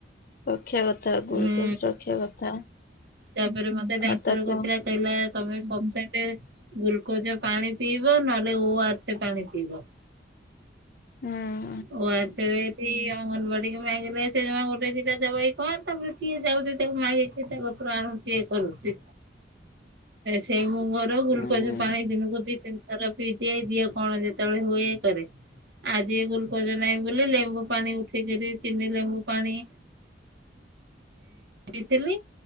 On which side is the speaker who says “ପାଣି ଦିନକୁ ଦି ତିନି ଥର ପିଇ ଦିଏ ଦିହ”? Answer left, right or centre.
Right